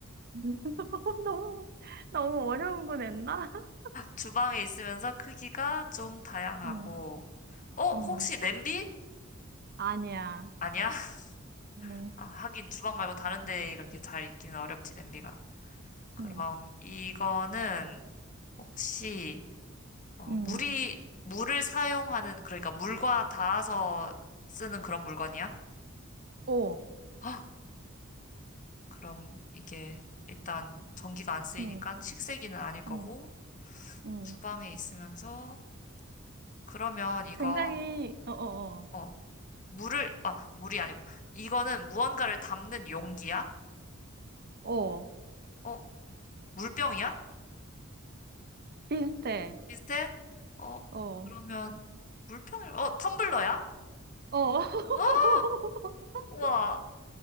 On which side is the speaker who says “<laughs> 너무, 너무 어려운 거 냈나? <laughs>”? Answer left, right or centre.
Right